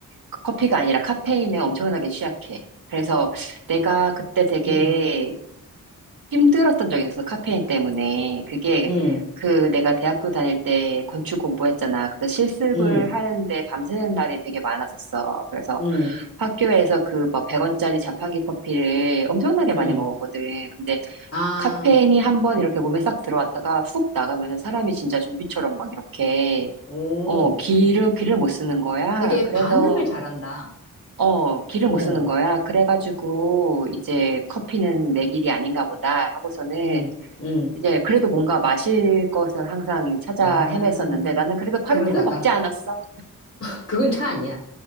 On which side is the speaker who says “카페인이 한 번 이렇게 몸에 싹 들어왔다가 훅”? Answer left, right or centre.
Right